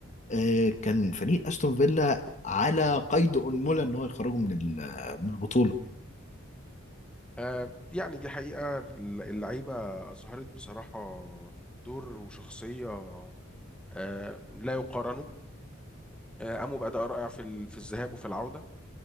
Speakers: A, on the left; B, in the centre.
A: آه، كان فريق أستون فيلا على قيد أنملة إن هو يخرجه من ال- من البطولة
B: آه، يعني دي حقيقة اللعيبة أظهرت بصراحة دور وشخصية آه، لا يقارنوا آه، قاموا بأداء رائع في ال- في الذهاب وفي العودة